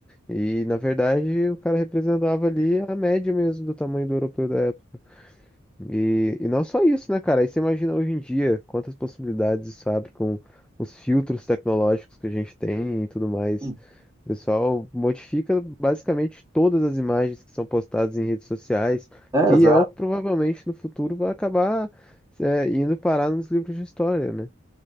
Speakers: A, in the centre; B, on the right.
A: E na verdade o cara representava ali a média mesmo do tamanho do europeu da época. E, e não só isso, né, cara? Aí você imagina hoje em dia quantas possibilidades isso abre com os filtros tecnológicos que a gente tem e tudo mais.
B: Sim.
A: O pessoal modifica basicamente todas as imagens que são postadas em redes sociais,
B: É,
A: que
B: exato.
A: é o que provavelmente no futuro vai acabar, é, indo parar nos livros de história, né?